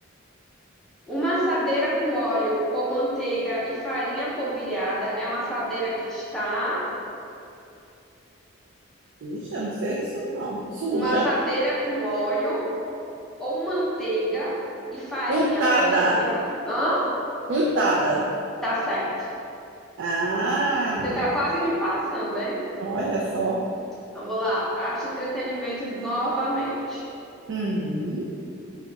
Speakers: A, in the centre; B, on the right (about 65°).
A: Uma assadeira com óleo ou manteiga e farinha polvilhada é uma assadeira que está,
B: Ixi, eu não sei isso não. Suja.
A: uma assadeira com óleo ou manteiga e farinha
B: Untada.
A: polvilhada. Hã?
B: Untada.
A: Tá certo.
B: Ah,
A: Você tá quase me passando, hein?
B: olha só.
A: Vamos lá. Arte e entretenimento novamente.
B: Hum,